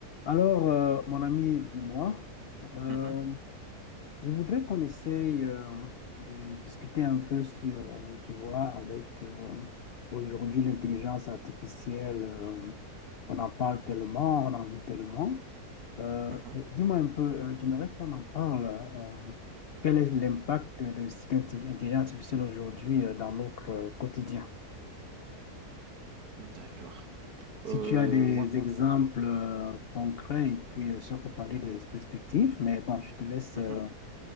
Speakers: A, on the left; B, on the right.
A: Alors, euh, mon ami, dis-moi, euh,
B: Mhm,
A: je voudrais qu'on essaye euh, de discuter un peu sur, euh, tu vois, avec euh, aujourd'hui l'intelligence artificielle, euh, on en parle tellement, on en vit tellement. Euh,
B: mhm,
A: mais dis-moi un peu, euh, j'aimerais qu'on en parle. euh, quel est l'impact de cette inti- intelligence artificielle aujourd'hui euh, dans notre euh, quotidien?
B: D'accord.
A: Si
B: Euh,
A: tu as des
B: moi.
A: exemples euh, concrets et puis euh, si on peut parler des perspectives, mais bon, je te laisse,
B: mhm,
A: euh,